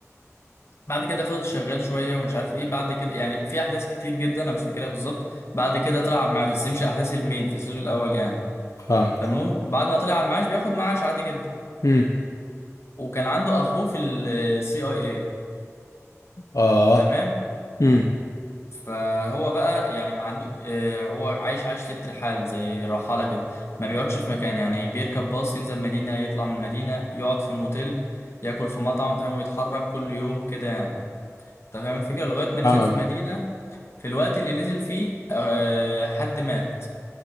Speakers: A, on the left (about 55°); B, on the left (about 75°).
A: بعد كده فضل شغال شويه ومش عارف ايه بعد كده يعني في احداث كتير جدا انا مش فاكرها بالظبط بعد كده طلع على المعاش بس دي مش احداث المين في السيزون الاول يعني
B: فاهمك
A: فالمهم بعد ما طلع على المعاش بياخد معاش عادي جدا
B: امم
A: وكان عنده اخوه في السي اي اي
B: اه
A: تمام
B: امم
A: فهو بقى يعني ما عنده آه، هو عايش عيشة الرحال زي الرحالة كده ما بيقعدش في مكان يعني بيركب باص ينزل مدينة يطلع من المدينة يقعد في موتيل ياكل في مطعم تمام ويتحرك كل يوم كده يعني انت فاهم الفكرة لغاية ما نزل
B: فاهم قصدك
A: في مدينة في الوقت اللي نزل فيه آه، حد مات